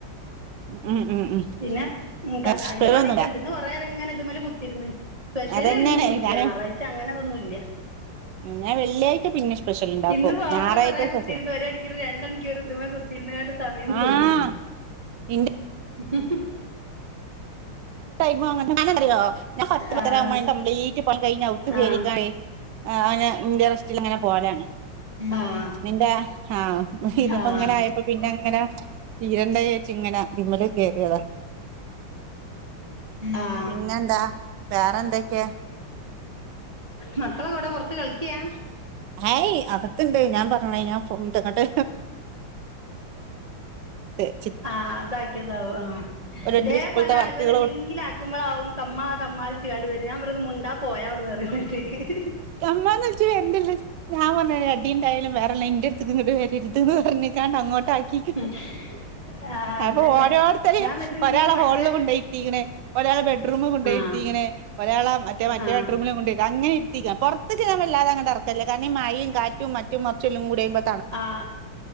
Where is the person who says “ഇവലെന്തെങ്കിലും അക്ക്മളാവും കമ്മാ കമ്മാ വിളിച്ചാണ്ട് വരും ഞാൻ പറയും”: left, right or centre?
Right